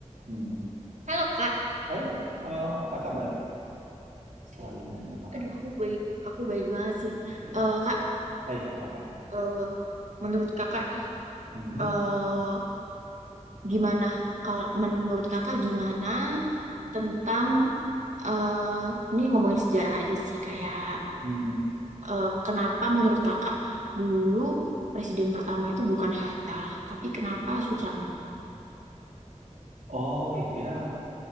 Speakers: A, on the right; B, on the right.
A: Hmm.
B: Halo Kak,
A: Hai, Amel, apa kabar? Selalu nanya apa
B: aduh
A: kabar.
B: aku baik, aku baik banget sih.
A: Iya.
B: Eh kak,
A: Hai, apa?
B: eh, menurut Kakak nih,
A: Mhm.
B: eh gimana? Kal- menurut Kakak gimana tentang eh ini ngomongin sejarah aja sih, kayak
A: Mhm.
B: eh, kenapa menurut Kakak dulu presiden pertama itu bukan Hatta, tapi kenapa Soekarno?
A: Oh iya,